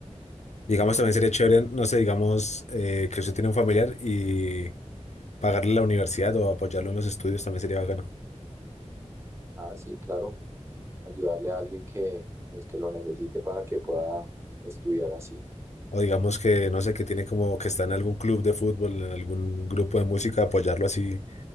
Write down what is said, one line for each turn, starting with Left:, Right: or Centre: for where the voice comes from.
Left: Digamos, también sería chévere, no sé, digamos, eh, que usted tiene un familiar y pagarle la universidad o apoyarlo en los estudios también sería bacano.
Right: Ah, sí, claro. ayudarle a alguien que, pues, que lo necesite para que pueda estudiar así.
Left: O digamos que, no sé, que tiene como que está en algún club de fútbol, en algún grupo de música, apoyarlo así,